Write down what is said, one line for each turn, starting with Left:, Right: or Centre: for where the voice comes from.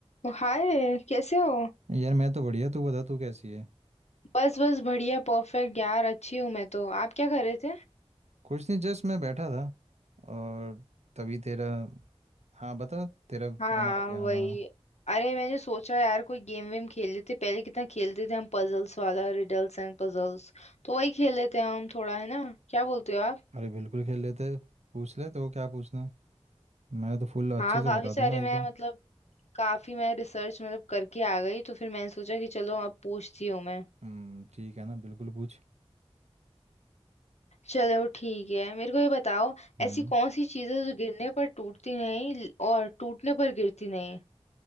Left: ओ, hi कैसे हो
Right: यार मैं तो बढ़िया तू बता तू कैसी है
Left: बस बस बढ़िया परफेक्ट यार अच्छी हूँ मैं तो आप क्या कर रहे थे
Right: कुछ नहीं जस्ट मैं बैठा था और तभी तेरा हाँ बता तेरा
Left: हाँ
Right: फोन आ गया
Left: वही
Right: हाँ
Left: अरे मैंने सोचा यार कोई गेम वेम खेल लेते पहले कितना खेलते थे हम पजल्स वाला रिडल्स एंड पजल्स तो वही खेल लेते हैं हम थोड़ा है ना क्या बोलते हो आप
Right: अरे बिल्कुल खेल लेते पूछ ले तो क्या पूछना है मैं तो फुल
Left: हाँ
Right: अच्छे से
Left: काफी
Right: बता
Left: सारे
Right: दूंगा एकदम
Left: मैं मतलब काफी मैं रिसर्च मतलब करके आ गई तो फिर मैंने सोचा कि चलो अब पूछती हूँ मैं
Right: हम्म ठीक है ना बिल्कुल पूछ
Left: चलो ठीक है मेरे को ये बताओ
Right: हम्म
Left: ऐसी कौन सी चीज़ है जो गिरने पर टूटती नहीं और टूटने पर गिरती नहीं